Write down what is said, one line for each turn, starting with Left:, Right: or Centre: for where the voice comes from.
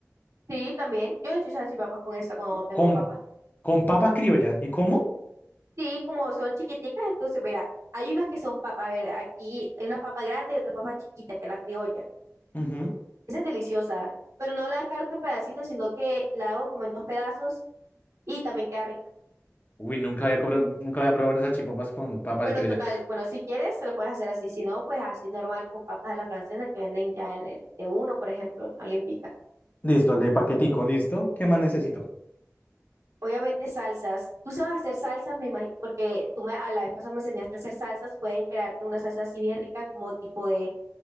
Right: Sí, también. Yo he hecho salchipapas con esa cuando
Left: Co-
Right: tengo
Left: Con,
Right: papa.
Left: con papa criolla. ¿Y cómo?
Right: Sí, como son chiquiticas, entonces, mira, hay unas que son papa, a ver, aquí hay una papa grande y otra papa chiquita, que es la criolla.
Left: Ujú.
Right: Esa es deliciosa, pero no la carto en pedacitos, sino que la hago como en dos pedazos y también queda rica.
Left: Uy, nunca había, cobro- nunca había probado unas salchipapas con papa
Right: Bueno,
Left: criolla.
Right: total, bueno, si quieres, se lo puedes hacer así, si no, pues así normal con papas a la francesa que venden ya en el de uno, por ejemplo, en la Olímpica.
Left: Listo, el de paquetico, listo. ¿Qué más necesito?
Right: Obviamente salsas. Tú sabes hacer salsas, me imagino, porque tú me, a la vez pasada me enseñaste a hacer salsas, puedes crearte una salsa así bien rica, como tipo de